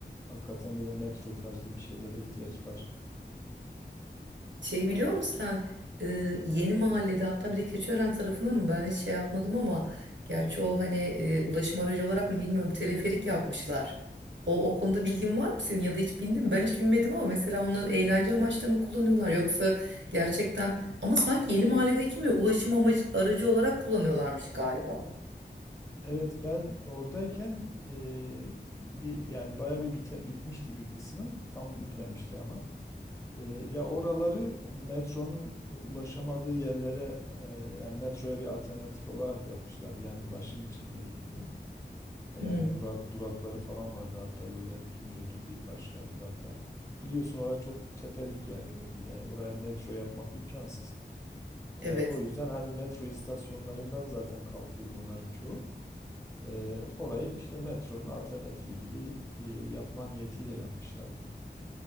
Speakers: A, on the left (about 15°); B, on the right (about 85°).
A: hakikaten böyle metro tarzı bir şeylere ihtiyaç var.
B: Şeyi biliyor musun sen? Ee, yeni mahallede hatta bir de Keçiören tarafında mı? Ben hiç şey yapmadım ama gerçi o hani e, ulaşım aracı olarak mı bilmiyorum teleferik yapmışlar. O, o konuda bilgin var mı senin ya da hiç bindin mi? Ben hiç binmedim ama mesela onları eğlence amaçlı mı kullanıyorlar yoksa gerçekten ama sanki yeni mahalledeki mi ulaşım amacı, aracı olarak kullanıyorlarmış galiba.
A: Evet ben oradayken e, bir yani bayağı bir bite- bitmişti bir kısmı. Tam bitmemişti ama. E, ya oraları metronun ulaşamadığı yerlere e, yani metroya bir alternatif olarak yapmışlardı. Yani ulaşım için dediğin gibi. E, Yani
B: Hı,
A: durak durakları falan vardı hatta böyle biniyordum bir başka durakta. Biliyorsun orası çok tepelik yani yani oraya metro yapmak imkansız. Ee,
B: evet.
A: o yüzden hani metro istasyonlarından zaten kalkıyordu onların çoğu. Ee, orayı işte metronun alternatifi gibi e, yapma niyetiyle yapmışlardı.